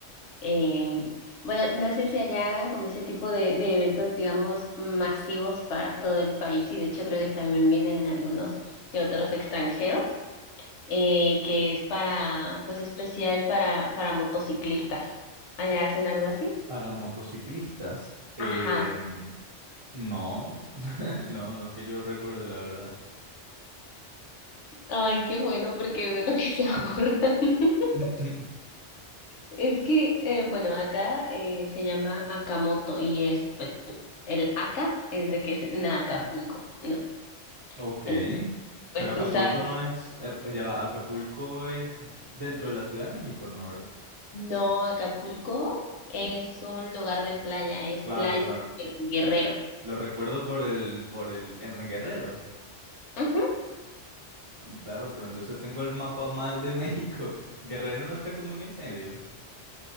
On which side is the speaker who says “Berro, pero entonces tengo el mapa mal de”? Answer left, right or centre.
Right